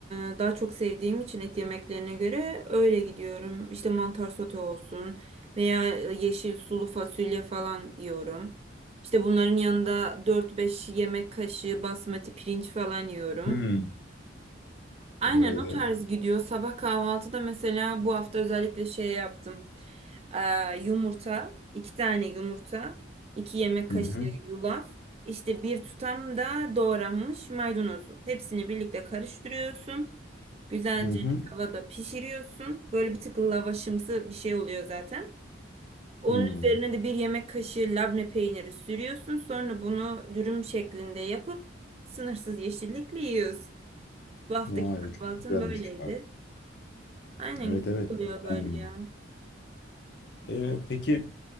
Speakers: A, on the right (about 30°); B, on the left (about 60°).
A: e, daha çok sevdiğim için et yemeklerine göre öyle gidiyorum. İşte mantar sote olsun veya yeşil sulu fasulye falan yiyorum. İşte bunların yanında dört beş yemek kaşığı basmati pirinç falan yiyorum.
B: Hmm.
A: Aynen
B: Ee,
A: o tarz gidiyor. Sabah kahvaltıda mesela bu hafta özellikle şey yaptım. Ee, yumurta, iki tane yumurta, iki yemek
B: hı
A: kaşığı
B: hı.
A: yulaf, işte bir tutam da doğranmış maydanozu. Hepsini birlikte karıştırıyorsun. Güzelce
B: Hı hı.
A: tavada pişiriyorsun. Böyle bir tık lavaşımsı bir şey oluyor zaten. Onun
B: Hmm.
A: üzerine de bir yemek kaşığı labne peyniri sürüyorsun. Sonra bunu dürüm şeklinde yapıp sınırsız yeşillikle yiyorsun. Bu haftaki
B: Vay
A: kahvaltım
B: o çok güzelmiş
A: böyleydi.
B: bak.
A: Aynen
B: Evet
A: güzel
B: evet
A: oluyor
B: çok
A: böyle
B: beğendim
A: ya.
B: bunu. Ee, peki